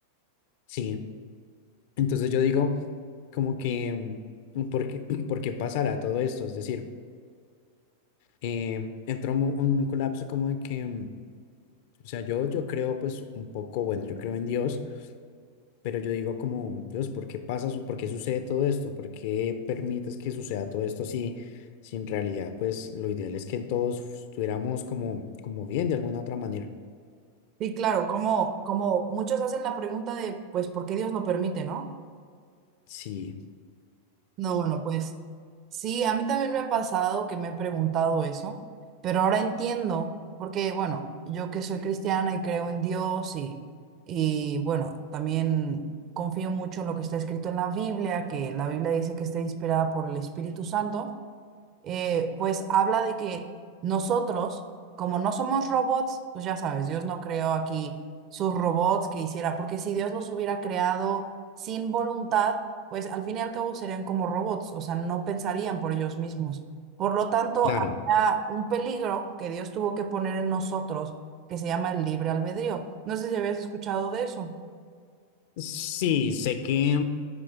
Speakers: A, on the left (about 50°); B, on the right (about 35°).
A: Sí, entonces yo digo como que, mm, ¿por qué, <clears throat> por qué pasará todo esto? Es decir, eh, entró un, un colapso como de que, mm, o sea, yo, yo creo pues un poco, bueno, yo creo en Dios, pero yo digo como, Dios, ¿por qué pasa, su- por qué sucede todo esto? ¿Por qué permites que suceda todo esto si, si en realidad pues lo ideal es que todos estuviéramos como, como bien de alguna otra manera?
B: Sí, claro, como, como muchos hacen la pregunta de, pues, ¿por qué Dios lo permite, no?
A: Sí.
B: No, bueno, pues sí, a mí también me ha pasado que me he preguntado eso, pero ahora entiendo, porque bueno, yo que soy cristiana y creo en Dios y, y bueno, también confío mucho en lo que está escrito en la Biblia, que la Biblia dice que está inspirada por el Espíritu Santo eh, pues habla de que nosotros, como no somos robots, pues ya sabes, Dios no creó aquí sus robots que hiciera, porque si Dios los hubiera creado sin voluntad, pues al fin y al cabo serían como robots, o sea, no pensarían por ellos mismos. Por lo tanto,
A: Claro,
B: había un peligro que Dios tuvo que poner en nosotros, que se llama el libre albedrío. No sé si habías escuchado de eso.
A: sí, sé que